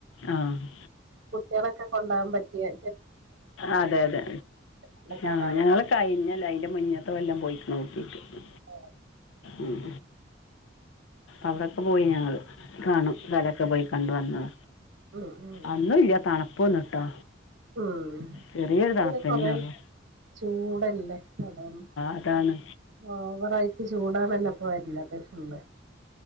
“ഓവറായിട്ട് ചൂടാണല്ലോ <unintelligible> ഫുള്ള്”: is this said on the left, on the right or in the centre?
Right